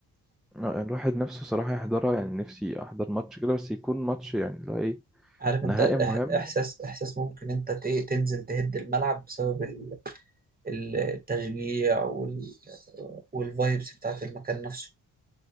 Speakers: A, in the centre; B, on the right.
A: آه، يعني الواحد نفسه صراحه يحضرها يعني نفسي احضر ماتش كده بس يكون ماتش يعني اللي هو ايه
B: عارف
A: نهائي
B: انت الإح-
A: مهم
B: احساس احساس ممكن انت ت- تنزل تهد الملعب بسبب ال- ال- التشجيع وال... والفايبس بتاعت المكان نفسه